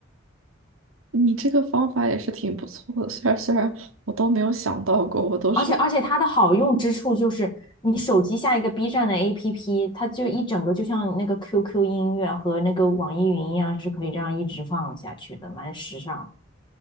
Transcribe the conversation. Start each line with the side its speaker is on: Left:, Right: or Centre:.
Right: 你这个方法也是挺不错的。虽然虽然我都没有想到过，我都是
Left: 而且而且它的好用之处就是，你手机下一个 B 站的 APP，它就一整个就像那个 QQ 音乐和那个网易云一样，是可以这样一直放下去的，蛮时尚